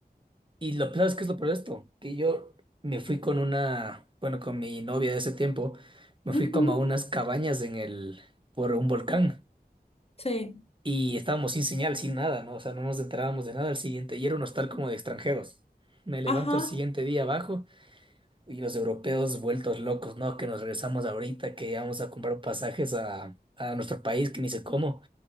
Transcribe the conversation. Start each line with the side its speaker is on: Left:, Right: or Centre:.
Right: y lo peor es que es lo peor de esto, que yo me fui con una, bueno, con mi novia de ese tiempo, me fui
Left: Ujú,
Right: como a unas cabañas en el, por un volcán.
Left: Sí.
Right: Y estábamos sin señal, sin nada, ¿no? O sea, no nos enterábamos de nada al siguiente. Y era un hostal como de extranjeros. Me levanto
Left: Ajá.
Right: el siguiente día abajo y los europeos vueltos locos, ¿no? Que nos regresamos ahorita, que vamos a comprar pasajes a, a nuestro país, que ni sé cómo.